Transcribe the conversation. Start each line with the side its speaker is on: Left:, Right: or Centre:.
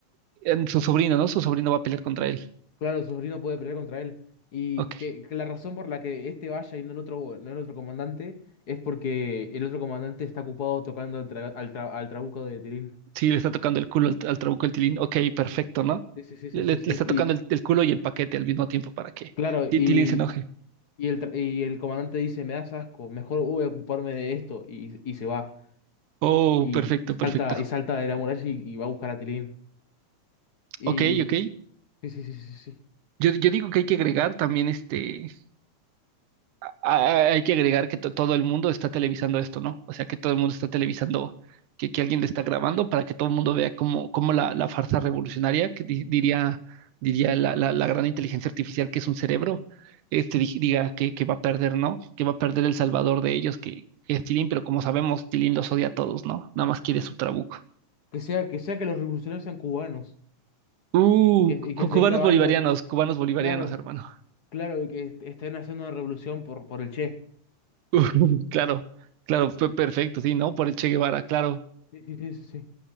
Right: eh, su sobrino, ¿no? Su sobrino va a pelear contra él.
Left: claro, su sobrino puede pelear contra él. Y
Right: Ok.
Left: que, que la razón por la que este vaya y no el otro, no el otro comandante es porque el otro comandante está ocupado tocando al, tra- al, tra- al trabuco de Tilín.
Right: Sí, le está tocando el culo al, al trabuco el Tilín. Ok, perfecto, ¿no?
Left: Sí, sí, sí,
Right: Le,
Left: sí,
Right: le-
Left: sí, sí.
Right: le está tocando el, el culo y el paquete al mismo tiempo para que
Left: Claro,
Right: Til-
Left: y,
Right: Tilín se enoje.
Left: y, el, tra- y el comandante dice, me das asco, mejor voy a ocuparme de esto, y, y se va.
Right: Oh,
Left: Y,
Right: perfecto,
Left: y salta,
Right: perfecto.
Left: y salta de la muralla y, y va a buscar a Tilín. Y
Right: Ok, ok.
Left: sí, sí, sí, sí, sí.
Right: Yo, yo digo que hay que agregar también este. a- hay que agregar que to- todo el mundo está televisando esto, ¿no? O sea, que todo el mundo está televisando, que, que alguien le está grabando para que todo el mundo vea cómo, cómo la, la farsa revolucionaria, que di- diría, diría la, la- la gran inteligencia artificial que es un cerebro, este, di- diga que, que va a perder, ¿no? Que va a perder el salvador de ellos, que, que es Tilín, pero como sabemos, Tilín los odia a todos, ¿no? Nada más quiere su trabuco.
Left: Que sea, que sea que los revolucionarios sean cubanos.
Right: Uh,
Left: Y que, y
Right: cu-
Left: que estén
Right: cubanos
Left: grabando,
Right: bolivarianos,
Left: eh,
Right: cubanos bolivarianos,
Left: claro,
Right: hermano.
Left: claro, y que est- estén haciendo una revolución por, por el Che.
Right: <laughs> Claro, claro, pe- perfecto, sí, ¿no? Por el Che Guevara, claro.
Left: Sí, sí, sí, sí, sí.